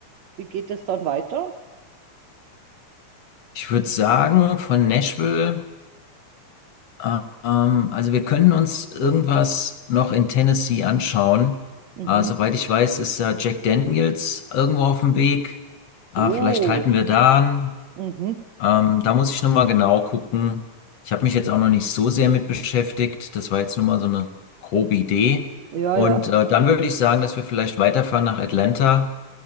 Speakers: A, on the right; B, on the left.
A: wie geht es dann weiter?
B: Ich würde sagen, von Nashville, äh, ähm, also wir können uns irgendwas noch in Tennessee anschauen.
A: Mhm.
B: Äh, soweit ich weiß, ist da Jack Daniels irgendwo auf dem Weg. Äh,
A: Oh,
B: vielleicht halten wir da an.
A: mhm.
B: Ähm, da muss ich nochmal genau gucken. Ich habe mich jetzt auch noch nicht so sehr mit beschäftigt. Das war jetzt nur mal so eine grobe Idee.
A: Ja,
B: Und
A: ja.
B: äh, dann würde ich sagen, dass wir vielleicht weiterfahren nach Atlanta